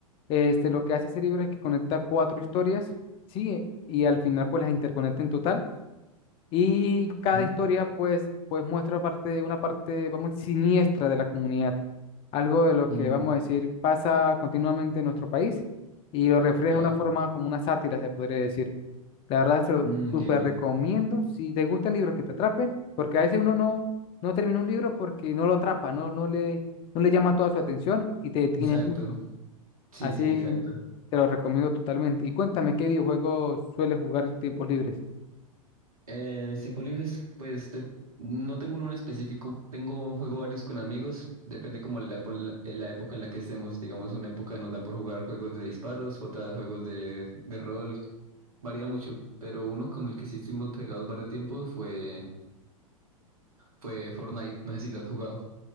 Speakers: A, on the left (about 30°); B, on the right (about 75°).
A: Este, lo que hace ese libro es que conecta cuatro historias, sí, y al final pues las interconecta en total Y cada
B: Ujú.
A: historia, pues, pues muestra parte, una parte, vamos, siniestra de la comunidad. Algo de lo
B: Mm,
A: que, vamos a decir, pasa continuamente en nuestro país y lo refleja
B: ya,
A: de una forma como una sátira, se podría decir. La verdad, se lo
B: Mm, entiendo.
A: súper recomiendo. Si te gustan libros que te atrapen, porque a veces uno no, no termina un libro porque no lo atrapa, no, no le, no le llama toda su atención y te detienes
B: Exacto.
A: mucho.
B: Sí,
A: Así
B: sí, exacto.
A: te lo recomiendo totalmente. Y cuéntame, ¿qué videojuegos sueles jugar en sus tiempos libres?
B: Eh, mis tiempos libres, pues de- no tengo uno en específico, tengo juego varios con amigos, depende como la, epo- la- eh, la época en la que estemos, digamos una época nos da por jugar juegos de disparos, otra juegos de, de rol, varía mucho, pero uno con el que sí estuvimos pegados varios tiempos fue fue Fortnite. No sé si lo has jugado.